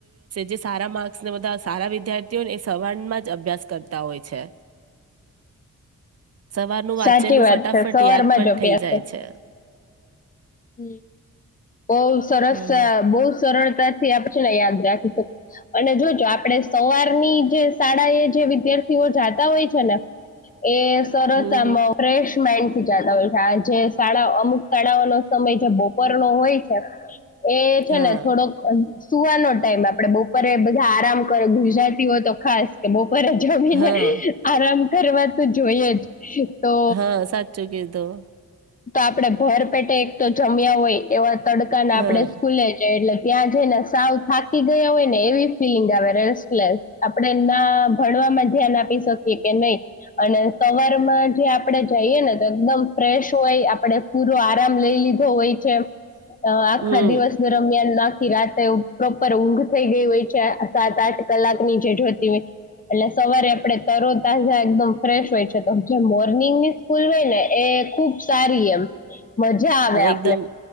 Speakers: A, on the right (about 50°); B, on the left (about 25°).
A: જે સારા માર્ધા સારા વિદ્યાર્થીઓને સવારમાં જ અભ્યાસ કરતા હોય છે સવારનું
B: સાચી
A: વાંચેલું
B: વાત
A: ફટાફટ
B: છે સવારમાં
A: યાદ પણ
B: જ અભ્યાસ
A: થઇ જાય
B: કર
A: છે
B: હમ બહ સરસ
A: હમ
B: બહુ સરળતા આપ છે ને યાદ રાખી શકીએ અને જોજ આપણે સવારની જે શાળા એ જે વિદ્યાર્થીઓ જાતા હોય છે ને એ સરસ
A: હમ
B: આામો
A: હમ
B: ફેશ હોય છે આ જે શાળા અમુક કડાવનું સમય જે બપોર નો હોય એ છે
A: હા
B: ને થોડોક સુવાનો ટાઈમ આપડે બપોરે બધા આરામ કરે ગુજરાતીઓ તો ખાસ કે બપોરે જમીને
A: હા
B: આરામ કરવા તો જોઈ જ તો
A: હા સાચું કીધું
B: તો આપડે ભર પેટે તો જમ્યા હોય એવા તડકા ના
A: હા
B: આપણે સ્કૂલે જ એટલે ત્યાં જઈને સાવ થાકી ગયા હોય ને એવી ફિલિંગ આવે રેસ્ટલેસ આપડે ના ભણવામાં ધ્યાન એ એ કે નહી અને સવાર માં જે આપડણે જઈએ ને તો એકદમ ફ્રેશ હોય આપણેે પૂરો આરામ લઈ લીધું ગોઈ આખા
A: હમ
B: દિવસ દરમિયાન થી રાતે પ્રોપર ઊંઘ થઈ ગઈ હોય છે સાત આઠ કલાક ની જે જોતી હોય એટલે સવારે આપડણે તરો તજા એકદમ ફ્રેશ હોય છે તો જે મોર્નિંગની સ્કૂલ હોય ને એ ખુબ સારી એમ મજા આવ્યા
A: એકમ